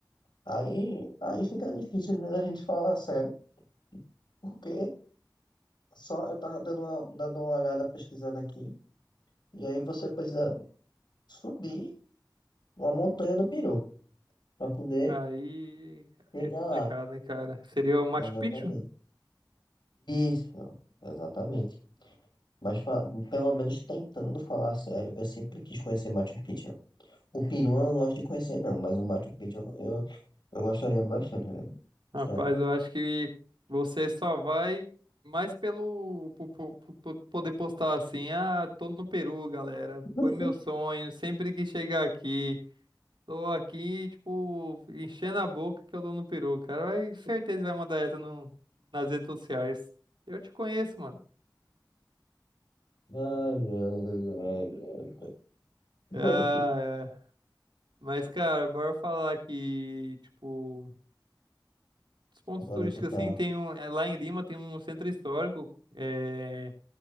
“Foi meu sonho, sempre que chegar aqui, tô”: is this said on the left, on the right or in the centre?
Right